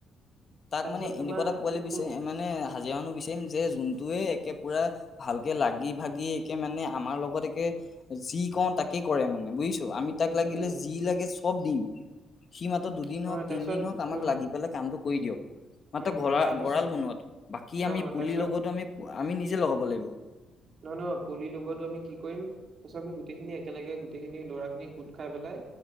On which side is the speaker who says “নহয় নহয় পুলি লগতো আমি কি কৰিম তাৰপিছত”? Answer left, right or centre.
Right